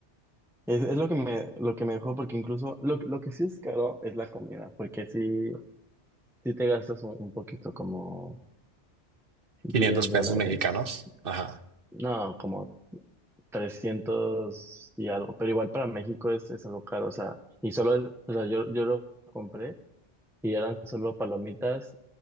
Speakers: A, in the centre; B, on the right (about 55°).
A: Es, es lo que me, lo que me dejó, porque incluso lo, lo que sí es caro es la comida, porque sí, sí te gastas un, un poquito como 10
B: quinientos pesos
A: dólares,
B: mexicanos. Ajá.
A: no, como 300 y algo, pero igual para México es, es algo caro, o sea, y solo, o sea, yo, yo lo compré y eran solo palomitas